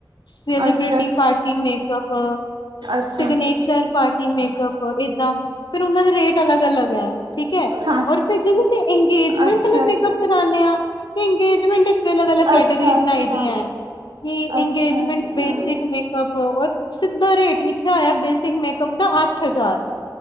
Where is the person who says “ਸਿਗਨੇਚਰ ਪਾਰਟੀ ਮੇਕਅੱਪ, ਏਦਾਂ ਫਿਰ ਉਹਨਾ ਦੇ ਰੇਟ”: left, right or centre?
Left